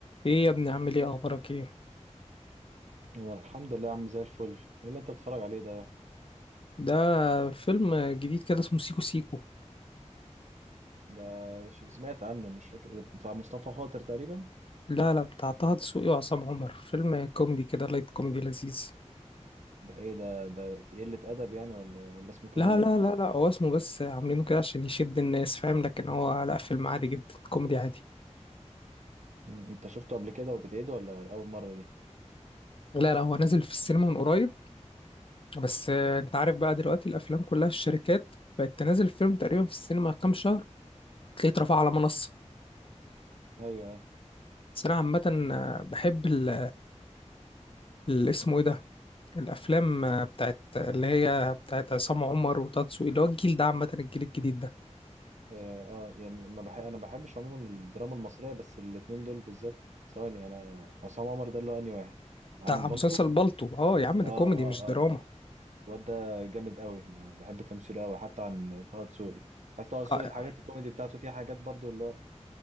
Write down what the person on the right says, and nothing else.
أنا الحمد لله يا عم زي الفل ايه اللي انت بتتفرج عليه ده
ده ش- سمعت عنه مش فاكر ده بتاع مصطفى خاطر تقريبا
ده ايه ده ده في قلة ادب يعني ولا ولا اسمه كده
ليه
مم، انت شفته قبل كده وبتعيده ولا اول مرة دي
ايوه ايوه
اه آه، يعني ما بح... انا بحبش عموما الدراما المصرية بس الاتنين دول بالذات ثواني انا عصام عمر ده اللي هو انهي واحد عامل
بالطو
اه
اه
اه
اه الواد ده جامد قوي ب- بحب تمثيله قوي حتى عن طه دسوقي حتى طه دسوقي
الحاجات الكوميدي بتاعته فيها حاجات برضو اللي هو